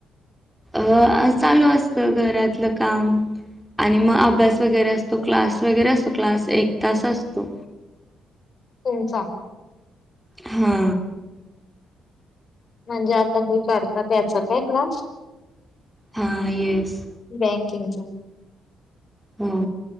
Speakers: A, in the centre; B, on the left (about 45°).
A: अं चालू असत घरातलं काम आणि मग
B: हा,
A: अभ्यास वगैरे असतो क्लास वगैरे असतो क्लास एक तास असतो.
B: तुमचा.
A: हा..
B: म्हणजे आता हे <unintelligible> त्याचा काय क्लास
A: हां येस.
B: बँकिंग चा.
A: हो.